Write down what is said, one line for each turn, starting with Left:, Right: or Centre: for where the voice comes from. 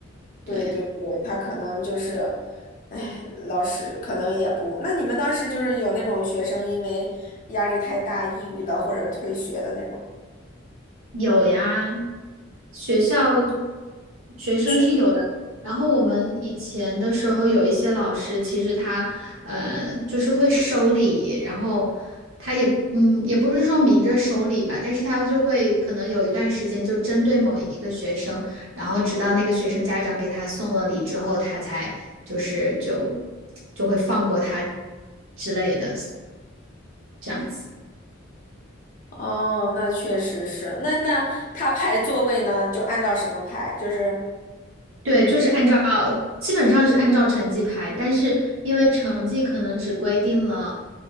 Right: 对
Left: 对对对，他可能就是，哎，老师可能也不，那你们当时就是有那种学生因为压力太大抑郁了或者退学的那种吗？
Right: 有呀。学校学生是有的。
Left: 是
Right: 然后我们以前的时候有一些老师，其实他呃就是会收礼，然后他也嗯也不是说明着收礼吧，但是他就会可能有一段时间就针对某一个学生，然后直到那个学生家长给他送了礼之后，他才就是就就会放过他之类的这样子。
Left: 哦，那确实是。那那他排座位呢，就按照什么排？就是。
Right: 对，就是按照基本上是按照成绩排，但是因为成绩可能只规定了